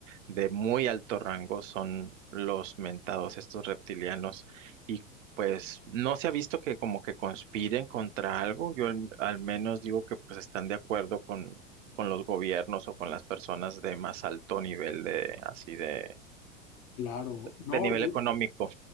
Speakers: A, on the right; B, on the left.
A: de muy alto rango son los mentados, estos reptilianos, y pues no se ha visto que como que conspiren contra algo. Yo al, al menos digo que pues están de acuerdo con, con los gobiernos o con las personas de más alto nivel de, así de,
B: Claro,
A: de
B: no,
A: nivel
B: y
A: económico